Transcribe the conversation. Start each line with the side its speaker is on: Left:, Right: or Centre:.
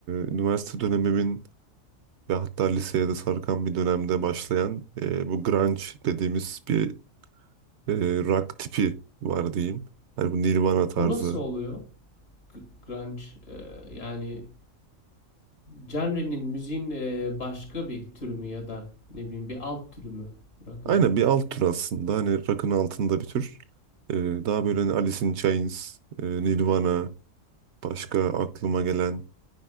Right: üniversite dönemimin ve hatta liseye de sarkan bir dönemde başlayan e, bu grunge dediğimiz bir e, rock tipi var diyeyim. Hani bu Nirvana tarzı.
Left: O nasıl oluyor? G- Grunge e, yani genre'nin müziğin e, başka bir türü mü ya da ne bileyim bir alt türü mü rock'ın?
Right: Aynen bir alt tür aslında. Hani rock'ın altında bir tür. E, daha böyle hani Alice in Chains, e, Nirvana, Başka aklıma gelen